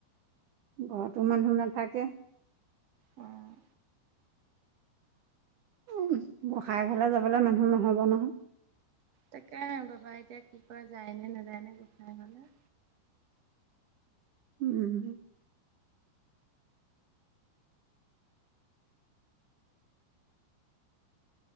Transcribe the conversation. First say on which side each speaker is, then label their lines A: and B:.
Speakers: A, on the right (about 80°); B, on the right (about 50°).
A: ঘৰতো মানুহ নাথাকে।
B: উম।
A: উ গোষাই ঘলে যাবলৈ মানুহ নহব নহয়।
B: তাকে বাবা এতিয়া কি কৰা যায় নে নাযায় নে গোসাই ঘলে
A: উম।